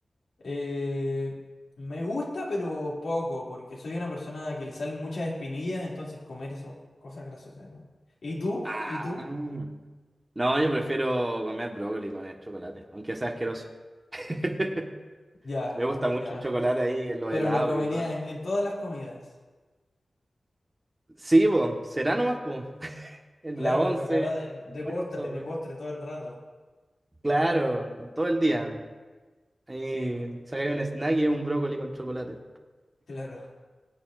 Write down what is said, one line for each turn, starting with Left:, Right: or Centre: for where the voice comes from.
Left: eh, me gusta, pero poco, porque soy una persona que le salen muchas espinillas, entonces comer eso, cosas grasosas, ¿no? ¿Y tú?
Right: Ah.
Left: ¿Y tú?
Right: No, yo prefiero comer brócoli con el chocolate, aunque sea asqueroso. <laughs>
Left: Ya,
Right: Me gusta mucho
Left: ya,
Right: el chocolate
Left: ok.
Right: ahí en los
Left: pero
Right: helados
Left: lo comería
Right: y todo.
Left: en en todas las comidas.
Right: Sí, po, será nomás, po. <laughs> En
Left: Claro,
Right: la once,
Left: tocará de,
Right: almuerzo,
Left: de postre, de
Right: we.
Left: postre todo el rato.
Right: Claro, todo el día. Ahí
Left: Sí, bueno,
Right: sacáis un snack y es un brócoli con chocolate.
Left: <laughs> claro.